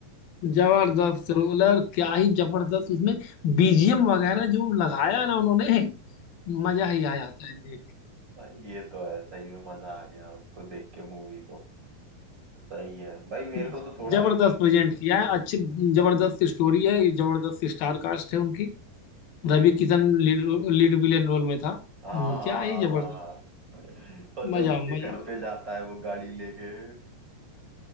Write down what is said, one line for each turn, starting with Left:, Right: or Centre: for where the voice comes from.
Left: जबरदस्त रोल है और क्या ही जबरदस्त उसमें बीजीएम वगैरह जो लगाया ना उन्होंने मजा ही आ जाता है देख
Right: भाई ये तो है सही में मजा आ गया उसको देख के मूवी को सही है भाई मेरे
Left: के।
Right: को तो थोड़ा
Left: जबरदस्त
Right: ना
Left: प्रेजेंट किया है अच्छी जबरदस्त स्टोरी है जबरदस्त स्टार कास्ट है उनकी Ravi
Right: बिल्कुल
Left: Kishan lead lead villain role में था हम्म,
Right: हाँ हाँ
Left: क्या ही जबरदस्त
Right: हाँ हाँ हाँ, हाँ। और जब
Left: मजा
Right: उसके
Left: मजा
Right: घर पे जाता है वो गाड़ी लेके